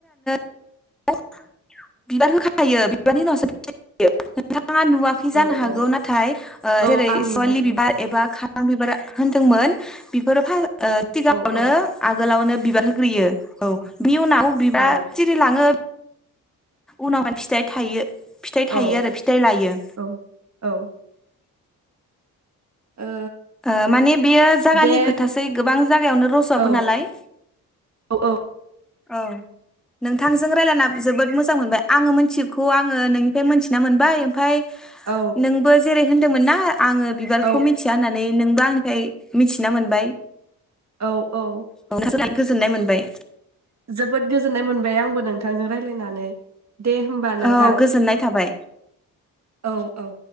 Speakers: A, in the centre; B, on the right.
A: <inaudible> बिबार होखायो बिबारनि उनावसो <unintelligible> नोंथाङा नुवाखै
B: औ
A: जानो हागौ
B: औ
A: नाथाय
B: औ
A: जेरै
B: आं नुवाखै
A: सेवालि बिबार एबा खा आं बिबारा होनदोंमोन बिफोरो ओ सिगाङावनो
B: औ औ
A: आगोलावनो बिबार होग्रोयो औ बिनि उनाव बिबा
B: औ
A: सिरि लाङो उनाव <unintelligible> फिथाइ थायो फिथाइ थायो
B: औ
A: आरो फिथाइ लायो।
B: औ औ ओ
A: ओ माने बेयो जागानि
B: दे
A: खोथासै गोबां जायागायावनो रजआबो
B: औ
A: नालाय।
B: औ औ।
A: औ। नोंथांजों रायलायना जोबोद मोज मोजां मोनबाय आंङो मोनथियिखौ आंङो नोंनिफ्राय मोनथिना मोनबाय ओमफ्राय
B: औ
A: नोंबो जेरै होन दोंमोन ना आंङो बिबारखौ
B: औ
A: मिथिया होननानै नोंबो आंनिफ्राय मिथिना मोनबाय।
B: औ औ।
A: औ गोजोननाय मोनबाय
B: जोबोद गोजोननाय मोनबाय आंबो नोंथांजों रायज्लाय नानै दे होमबा
A: औ
B: नोंथां
A: गोजोननाय थाबाय।
B: औ औ।